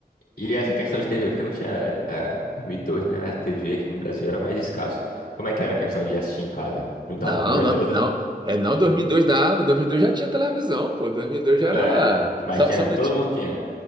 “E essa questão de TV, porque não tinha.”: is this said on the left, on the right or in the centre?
Left